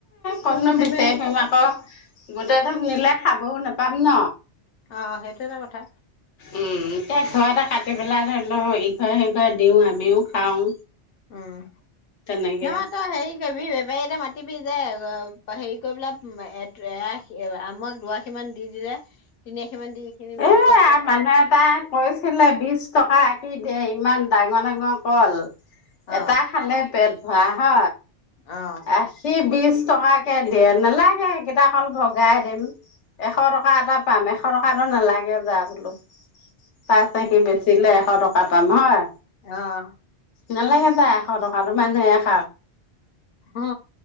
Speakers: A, on the left; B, on the left.
A: কণো
B: থোক হিচাপে
A: বিচম আকৌ গোটেই ধোক নিলে খাবও নাপায়। পাম ন
B: অ সেইটো এটা কথা
A: উম এয়া ঘৰ এটা কাটি বেলা ধৰি লওক ইঘৰ সিঘৰ দিওঁ আমিও খাওঁ
B: উম
A: তেনেকে
B: নহয় তই হেৰি কৰিববি বেপাৰী এটা মাতি পতিবি যে হেৰি কৰি পেলা এশ আমক দুআশি মান দি দিলে তিনি আশীমান দি এইখিনি লৈ
A: এ
B: যাব দিব পাৰ
A: মানুহ এটা কৈছিলে বিশ টকা দে ইমান ডাঙৰ ডাঙৰ কল
B: অ
A: এটা খালে পেট হ হ
B: অ
A: আশী বিশছ টকাকে দে নালাগে কেইটা অল ভগাই দিম এশ টকা এটা পাম এশ টকাটো নালাগে যোৱা বোলো। পাই ন সি বেচিলে এশ টকা তাৰ পা মই
B: আহ
A: নালাগে যায় এশ টকাতো মানুহ এশ
B: অ